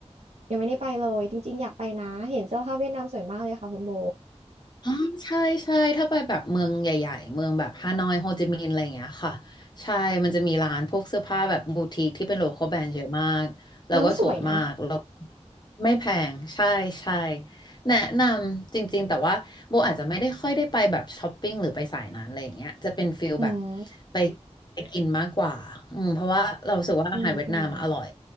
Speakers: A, on the right; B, on the left.
A: ยังไม่ได้ไปเลยจริงๆอยากไปนะเห็นเสื้อผ้าเวียดนามสวยมากเลยค่ะคุณโบ
B: อ๋อใช่ใช่ถ้าไปแบบเมืองใหญ่ๆเมืองแบบฮานอยโฮจิมินห์อะไรอย่างเงี้ยค่ะใช่มันจะมีร้านพวกเสื้อผ้าแบบบูติกที่เป็นโลคอลแบรนด์เยอะมากแล้วก็สวยมากแล้ว
A: แล้วสวยนะ
B: ไม่แพงใช่ใช่แนะนำจริงๆแต่ว่าโบอาจจะไม่ได้ค่อยได้ไปแบบช้อปปิ้งหรือไปสายนั้นอะไรอย่างเงี้ยจะเป็นฟิลแบบ
A: อืม
B: ไปไปกินมากกว่าอืมเพราะว่าเรารู้สึกว่าอาหารเวียดนามอะอร่อย
A: อืมอืม